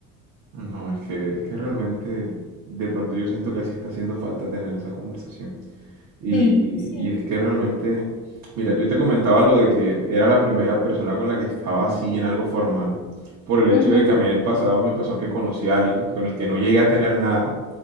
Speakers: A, on the right; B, on the left.
A: No, es que, es que realmente, de pronto yo siento que sí está haciendo falta tener esa conversación. Y,
B: Sí, sí.
A: y es que realmente, mira, yo te comentaba lo de que era la primera persona con la que estaba así en algo formal, por el
B: ujú,
A: hecho de que a mí en el pasado me pasó que conocí a alguien con el que no llegué a tener nada,